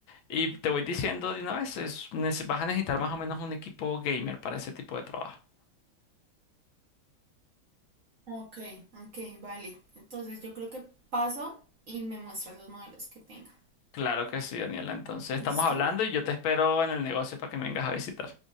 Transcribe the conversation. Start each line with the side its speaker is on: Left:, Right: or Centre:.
Left: y te voy diciendo de una vez, es- nece- vas a necesitar más o menos un equipo gamer para ese tipo de trabajo.
Right: Ok, ok, vale. Entonces yo creo que paso y me muestras los modelos que tenga.
Left: Claro que sí, Daniela, entonces estamos
Right: ¿Listo?
Left: hablando y yo te espero en el negocio para que me vengas a visitar.